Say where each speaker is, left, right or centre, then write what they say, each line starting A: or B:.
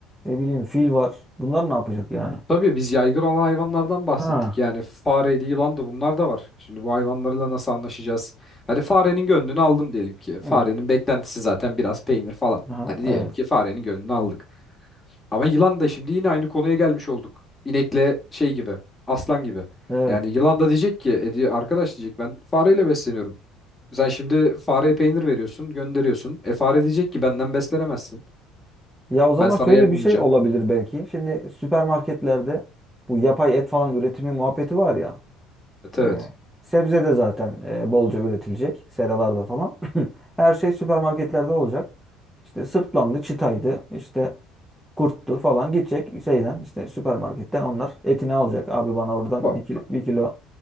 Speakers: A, in the centre; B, on the left (about 15°).
A: ne bileyim fil var. Bunlar ne yapacak yani?
B: Tabii biz yaygın olan hayvanlardan bahsettik.
A: Ha.
B: Yani fareydi, yılan da bunlar da var. Şimdi bu hayvanlarla nasıl anlaşacağız? Hadi farenin gönlünü aldım diyelim ki. Farenin
A: Hı.
B: beklentisi zaten biraz peynir falan.
A: Aha,
B: Hadi diyelim
A: evet.
B: ki farenin gönlünü aldık. Ama yılan da şimdi yine aynı konuya gelmiş olduk. İnekle şey gibi, aslan gibi.
A: Evet.
B: Yani yılan da diyecek ki, "E diye- arkadaş diyecek ben fareyle besleniyorum. Sen şimdi fareye peynir veriyorsun, gönderiyorsun. E fare diyecek ki benden beslenemezsin.
A: Ya o zaman
B: Ben sana
A: şöyle
B: yem olmayacağım.
A: bir şey olabilir belki. Şimdi süpermarketlerde bu yapay et falan üretimi muhabbeti var ya.
B: Evet evet.
A: Ee, sebze de zaten e, bolca üretilecek. Seralarda falan. <clears throat> Her şey süpermarketlerde olacak. İşte sırtlandı, çitaydı, işte kurttu falan gidecek şeyden işte süpermarketten onlar etini alacak. Abi bana oradan
B: Ba-
A: bir kilo, bir kilo